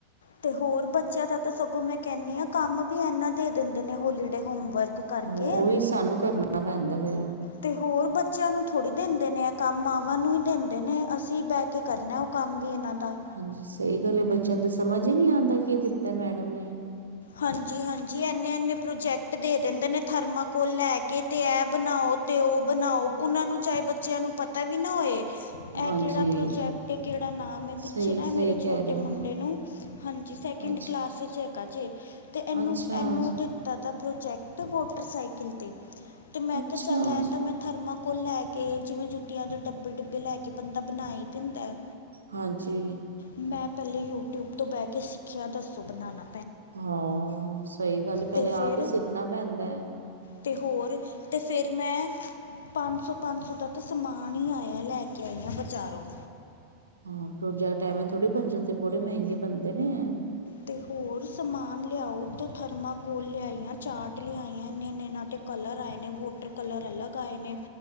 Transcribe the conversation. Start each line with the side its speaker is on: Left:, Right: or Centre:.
Left: ਤੇ ਹੋਰ ਬੱਚਿਆਂ ਦਾ ਤਾਂ ਸਗੋਂ ਮੈਂ ਕਹਿੰਦੀ ਹਾਂ ਕੰਮ ਵੀ ਇਨਾ ਦੇ ਦਿੰਦੇ ਨੇ ਹੋਲੀਡੇ ਹੋਮਵਰਕ। ਕਰਕੇ
Right: ਹੋ ਉਹ ਵੀ ਸਾਨੂੰ ਕਰਨਾ ਪੈਂਦਾ ਫੇਰ।
Left: ਤੇ ਹੋਰ, ਬੱਚਿਆਂ ਨੂੰ ਥੋੜ੍ਹੀ ਦਿੰਦੇ ਨੇ ਆ ਕੰਮ, ਮਾਵਾਂ ਨੂੰ ਹੀ ਦਿੰ ਨੇ ਅਸੀਂ ਬਹਿ ਕੇ ਕਰਨਾ ਉਹ ਕੰਮ ਵੀ ਇਹਨਾਂ ਦਾ।
Right: ਹਾਂਜੀ, ਸਹੀ ਗੱਲ ਐ, ਬੱਚਿਆਂ ਦਾ ਸਮਝ ਹੀ ਨਹੀਂ ਆਂਦਾ ਕੀ ਦਿੱਤਾ ਮੈਡਮ ਨੇ।
Left: ਹਾਂਜੀ-ਹਾਂਜੀ, ਇੰਨੇ ਇੰਨੇ ਪ੍ਰੋਜੈਕਟ ਦੇ ਦਿੰਦੇ ਨੇ, ਥਰਮਾ ਕੋਲ ਲੈ ਕੇ ਤੇ ਇਹ ਬਣਾਓ ਤੇ ਉਹ ਬਣਾਓ, ਉਹਨਾਂ ਨੂੰ ਚਾਹੇ ਬੱਚਿਆਂ ਨੂੰ ਪਤਾ ਵੀ ਨਾ ਹੋਏ। ਇਹ
Right: ਹਾਂਜੀ
Left: ਕਿਹੜਾ ਪ੍ਰੋਜੈਕਟ ਐ, ਕਿਹੜਾ ਨਾਮ ਐ, ਪਿੱਛੇ
Right: ਸਹੀ
Left: ਨਾ
Right: ਸਹੀ
Left: ਮੇਰੇ
Right: ਕਹਿ
Left: ਛੋਟੇ
Right: ਰਹੇ ਹੋ
Left: ਮੁੰਡੇ ਨੂੰ ਹਾਂਜੀ, ਸੈਕਿੰਡ
Right: ਅੱਛਾ
Left: ਕਲਾਸ ਹੈਗਾ ਜੇ। ਤੇ ਇਹਨੂੰ
Right: ਅੱਛਾ,
Left: ਇਹਨੂੰ ਦਿੱਤਾ ਤਾ ਪ੍ਰੋਜੈਕਟ ਮੋਟਰ ਸਾਈਕਲ ਤੇ। ਤੇ ਮੈਂ
Right: ਅੱਛਾ
Left: ਕਿਹਾ ਚੱਲ ਆ ਤਾਂ ਮੈਂ ਥਰਮਾਕੋਲ ਲੈ ਕੇ ਜਿਵੇਂ ਜੁੱਤੀਆਂ ਦੇ ਡੱਬੇ ਡੁੱਬੇ ਲੈ ਕੇ ਬੰਦਾ ਬਣਾ ਈ ਦਿੰਦਾ।
Right: ਹਾਂਜੀ।
Left: ਮੈਂ ਪਹਿਲੇ ਯੂਟਿਊਬ ਤੋਂ ਬਹਿ ਕੇ ਸਿੱਖਿਆ ਦੱਸੋ ਬਨਾਨਾ।
Right: ਹਾਂ, ਸਹੀ ਗੱਲ ਐ, ਪਹਿਲੇ
Left: ਤੇ
Right: ਆਪ
Left: ਫਿਰ
Right: ਹੀ ਸਿੱਖਣਾ ਪੈਂਦਾ ਐ।
Left: ਤੇ ਹੋਰ, ਤੇ ਫੇਰ ਮੈ ਪੰਜ ਸੌ ਪੰਜ ਸੌ ਦਾ ਤਾਂ ਸਮਾਨ ਹੀ ਆਇਆ, ਲੈ ਕੇ ਆਈ ਹਾਂ ਵਿਚਾਰੋ।
Right: ਹਾਂ, ਪ੍ਰੋਜੈਕਟ ਐਵੇਂ ਥੋੜੇ ਬਣ ਜਾਂਦੇ ਬੜੇ ਮਹਿੰਗੇ ਬਣਦੇ ਨੇ ਐ।
Left: ਤੇ ਹੋਰ ਸਮਾਨ ਲਿਆਓ ਤੋਂ ਥਰਮਾਕੋਲ ਲਿਆਈਆਂ, ਚਾਰਟ ਲਿਆਈਆਂ ਇੰਨੇ ਇਨਾਂ ਕਲਰ ਆਏ ਨੇ ਵੋਟਰ ਕਲਰ ਅਲੱਗ ਆਏ ਨੇ